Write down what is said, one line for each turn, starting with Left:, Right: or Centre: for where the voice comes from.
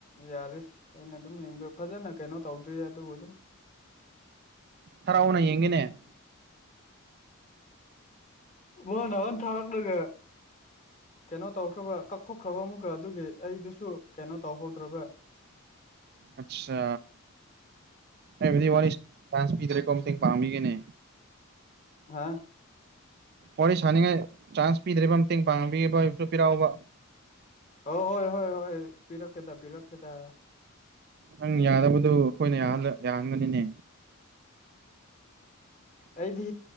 Left: ꯌꯥꯔꯤ ꯑꯩꯅ ꯑꯗꯨꯝ ꯌꯦꯡꯗ ꯐꯖꯅ ꯀꯩꯅꯣ ꯇꯧꯗ꯭ꯔꯤ ꯑꯗꯨꯕꯨ ꯑꯗꯨꯝ
Right: ꯊꯔꯥꯛꯎꯅ ꯌꯦꯡꯒꯦꯅꯦ
Left: ꯋꯥ ꯅꯅꯥ ꯊꯥꯔꯛꯂꯒ ꯀꯩꯅꯣ ꯇꯧꯈ꯭ꯔꯕ ꯀꯛꯊꯣꯛꯈ꯭ꯔꯕ ꯑꯃꯨꯛꯀ ꯑꯗꯨꯒꯤ ꯑꯩꯗꯨꯁꯨ ꯀꯩꯅꯣ ꯇꯧꯍꯧꯗ꯭ꯔꯕ <unintelligible>
Right: ꯑꯁꯥ ꯑꯩꯕꯨꯗꯤ
Left: ꯎꯝ
Right: ꯋꯥꯔꯤ ꯆꯟꯁ ꯄꯤꯗꯔ꯭ꯦꯀꯣ ꯃꯇꯦꯡ ꯄꯥꯡꯕꯤꯒꯅꯤ
Left: ꯍꯥꯥ
Right: ꯋꯥꯔꯤ ꯁꯥꯥꯟꯅꯤꯡꯉꯥꯏ ꯆꯥꯟꯁ ꯄꯤꯗ꯭ꯔꯤꯕ ꯃꯇꯦꯡ ꯄꯥꯡꯉꯕꯤꯕꯁꯨ ꯄꯤꯔꯥꯎꯕ
Left: ꯑ ꯍꯣꯏ ꯍꯣꯏ ꯍꯣꯏ ꯄꯤꯔꯛꯀꯦꯗ ꯄꯤꯔꯛꯀꯦꯗ
Right: ꯅꯪ ꯌꯥꯗꯕꯗꯨ ꯑꯩꯈꯣꯏꯅ ꯌꯥꯍꯟꯒꯅꯤꯅꯦ
Left: ꯑꯩꯗꯤ